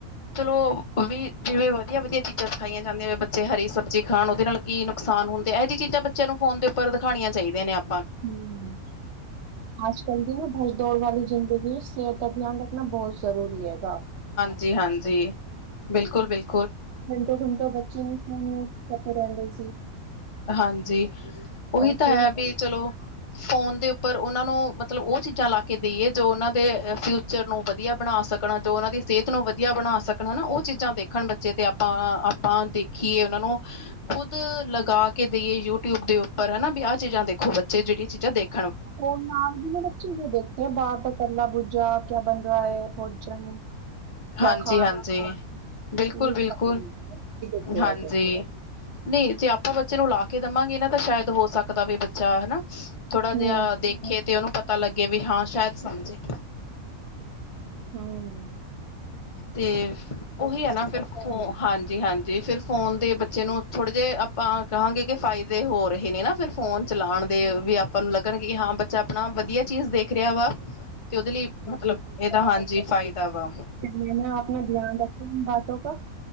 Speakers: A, on the left; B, on the right.
A: ਚਲੋ ਵੀ ਜਿਵੇਂ ਵਧੀਆ-ਵਧੀਆ ਚੀਜ਼ਾਂ ਸਿਖਾਈਆਂ ਜਾਂਦੀਆਂ ਬੱਚੇ ਹਰੀ ਸਬਜ਼ੀ ਖਾਣ ਉਹਦੇ ਨਾਲ ਕੀ ਨੁਕਸਾਨ ਹੁੰਦੇ ਇਹੋ ਜਿਹੀ ਚੀਜ਼ਾਂ ਬੱਚਿਆਂ ਨੂੰ ਫੋਨ ਦੇ ਉੱਪਰ ਦਿਖਾਣੀਆਂ ਚਾਹੀਦੀਆ ਨੇ ਆਪ
B: ਹੂੰ, ਅੱਜ ਕੱਲ ਦੀ ਨਾ ਭੱਜ ਦੌੜ ਵਾਲੀ ਜ਼ਿੰਦਗੀ ਵਿੱਚ ਸਿਹਤ ਦਾ ਧਿਆਨ ਰੱਖਣਾ ਬਹੁਤ ਜ਼ਰੂਰੀ ਹੈਗਾ।
A: ਜੀ ਹਾਂਜੀ, ਬਿਲਕੁਲ-ਬਿਲਕੁਲ।
B: ਘੰਟੇ-ਘੰਟੇ ਬੱਚੇ ਨੇ ਫੋਨ ਲੱਗੇ ਰਹਿੰਦੇ ਸੀ।
A: ਹਾਂਜੀ, ਉਹੀ
B: ਉਹ
A: ਤਾਂ
B: ਫਿਰ
A: ਹੈ ਵੀ ਚਲੋ। ਫ਼ੋਨ ਦੇ ਉੱਪਰ ਉਹਨਾਂ ਨੂੰ ਮਤਲਬ ਉਹ ਚੀਜ਼ਾਂ ਲਾ ਕੇ ਦੇਈਏ, ਜੋ ਉਹਨਾਂ ਦੇ ਫਿਊਚਰ ਨੂੰ ਵਧੀਆ ਬਣਾ ਸਕਣ ਜੋ ਉਹਨਾਂ ਦੀ ਸਿਹਤ ਨੂੰ ਵਧੀਆ ਬਣਾ ਸਕਣ ਹਨਾ, ਉਹ ਚੀਜ਼ਾਂ ਦੇਖਣ ਬੱਚੇ ਤੇ ਆਪਾਂ ਆਪਾਂ ਦੇਖੀਏ ਉਹਨਾਂ ਨੂੰ ਖੁਦ ਲਗਾ ਕੇ ਦੇਈਏ ਯੂਟਿਊਬ ਦੇ ਉਪਰ ਹਨਾ ਵੀ ਆਹ ਚੀਜ਼ਾਂ ਦੇਖੋ ਬੱਚੇ ਜਿਹੜੀਆਂ ਚੀਜ਼ਾਂ ਦੇਖ
B: ਉਹ ਨਾਲ ਵੀ ਬੱਚੇ ਦੇਖ ਆ ਬਾਹਰ ਦਾ ਕੱਲਾ ਬੂੱਜਾ ਕਿਆ ਬਣ ਭੋਜਨ ਕਿਆ
A: ਹਾਂਜੀ-ਹਾਂਜੀ,
B: ਖਾਣਾ <unintelligible>
A: ਬਿਲਕੁਲ-ਬਿਲਕੁਲ। ਹਾਂਜੀ ਨਹੀਂ ਤੇ ਆਪਾਂ ਬੱਚੇ ਨੂੰ ਲਾ ਦੇਵਾਂਗੇ ਨਾ ਤਾਂ ਸ਼ਾਇਦ ਹੋ ਸਕਦਾ ਵੀ ਬੱਚਾ ਚਾਅ ਹਨਾ, ਥੋੜਾ
B: ਹਮ
A: ਜਿਹਾ ਦੇਖੇ ਤੇ ਉਹਨੂੰ ਪਤਾ ਲੱਗੇ ਅੱਗੇ ਵੀ ਹਾਂ ਸ਼ਾਇਦ ਸਮਝੇ,
B: ਹਾਂ,
A: ਤੇ ਉਹੀ ਐ ਨਾ ਫਿਰ ਹੂੰ ਹਾਂਜੀ-ਹਾਂਜੀ, ਫਿਰ ਫੋਨ ਦੇ ਬੱਚੇ ਨੂੰ ਥੋੜੇ ਜਿਹੇ ਆਪਾਂ ਕਹਾਂਗੇ ਕਿ ਫਾਇ ਦੇ ਹੋ ਰਹੇ ਨੇ ਨਾ ਫਿਰ ਫੋਨ ਚਲਾਣ ਦੇ ਵੀ ਆਪਾਂ ਨੂੰ ਲੱਗਣ ਕਿ ਹਾਂ ਬੱਚਾ ਆਪਣਾ ਵਧੀਆ ਚੀਜ਼ ਦੇਖ ਰਿਹਾ ਵਾ। ਤੇ ਉਹਦੇ ਲਈ ਮਤਲਬ ਇਹਦਾ ਹਾਂਜੀ ਫਾਇਦਾ ਵਾ।
B: ਤੇ ਮੈਂ ਨਾ ਆਪਣਾ ਧਿਆਨ ਰੱਖਿਆ ਬਾਤੋਂ ਕਾ